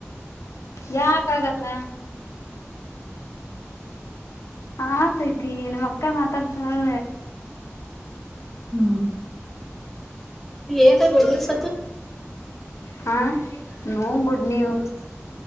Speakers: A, on the left; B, in the centre.
A: ಯಾಕಾಗಲ್ಲ ಆತೈತಿ ನಮ್ಮ ಅಕ್ಕ ಮಾತಾಡ್ತಾಳ
B: ಹ್ಮ ಏನ್ ಗುಡ್ ನ್ಯೂಸ್
A: ಹಾ ನೋ ಗುಡ್ ನ್ಯೂಸ್